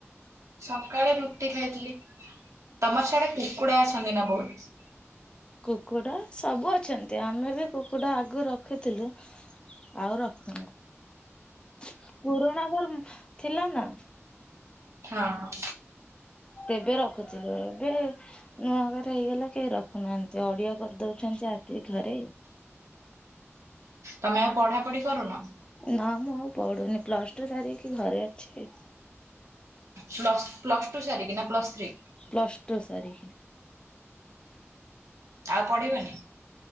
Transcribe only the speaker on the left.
କୁକୁଡ଼ା ସବୁ ଅଛନ୍ତି ଆମେ ବି କୁକୁଡ଼ା ଆଗୁ ରଖିଥିଲୁ। ଆଉ ରଖୁନୁ ପୁରୁଣା ଘର ଥିଲା ନା।
ତେବେ ରଖୁଥିଲୁ ଏବେ ନୂଆ ଘରେ ହେଇଗଲା କେହି ରଖୁନାହାନ୍ତି ଅଡିଆ କରିଦଉଛନ୍ତି ଆଖି ଘରେ।
ନା ମୁଁ ଆଉ ପଢୁନି ପ୍ଲସ ଟୁ ସାରିକି ଘରେ ଅଛି।
ପ୍ଲସ୍ ଟୁ ସାରିକି।